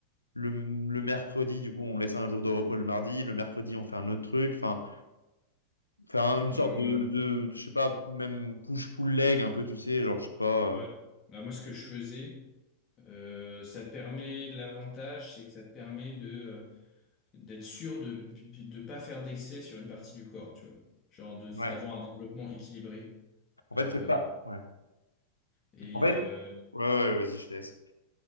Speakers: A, on the left (about 85°); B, on the left (about 30°).
A: le, le mercredi du coup on laisse un jour de repos le mardi, le mercredi on fait un autre truc, enfin faire un- une sorte
B: Euh,
A: de, de, je sais pas, même push-pull leg un peu, tu sais, genre je sais pas.
B: ouais.
A: euh,
B: Bah, moi, ce que je faisais, euh, ça te permet, l'avantage, c'est que ça te permet de... euh, d'être sûr de de pas faire d'excès sur une partie du corps, tu vois. Genre de
A: Ouais.
B: d'avoir un développement équilibré.
A: En fait
B: Euh,
A: c'est pas. Ouais.
B: et
A: En fait.
B: euh,
A: Ouais, ouais, vas-y, je te laisse.